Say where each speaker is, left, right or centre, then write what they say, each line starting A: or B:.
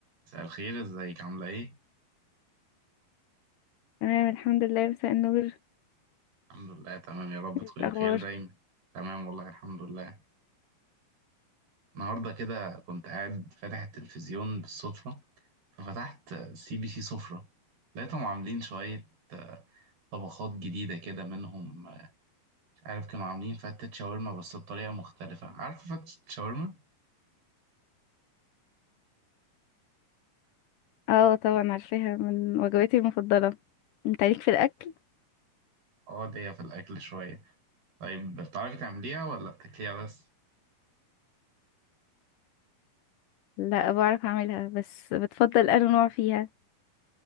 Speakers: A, on the right; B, on the left.
A: مساء الخير ازيك عاملة ايه؟
B: تمام الحمد لله مساء النور
A: الحمد لله تمام يا رب
B: إيه
A: تكوني
B: الأخبار
A: بخير دايما تمام والله الحمد لله النهاردة كده كنت قاعد فاتح التلفزيون بالصدفة ففتحت سي بي سي سفرة لقيتهم عاملين شوية آه، طبخات جديدة كده منهم آه، مش عارف كانوا عاملين فتة شاورما بس بطريقة مختلفة عارفة فتة شاورما؟
B: اه طبعا عارفاها من وجباتي المفضلة انت عليك في الأكل؟
A: اه ليا في الأكل شوية طيب بتعرفي تعمليها ولا بتاكليها بس؟
B: لا بعرف أعملها بس بتفضل أنا نوع فيها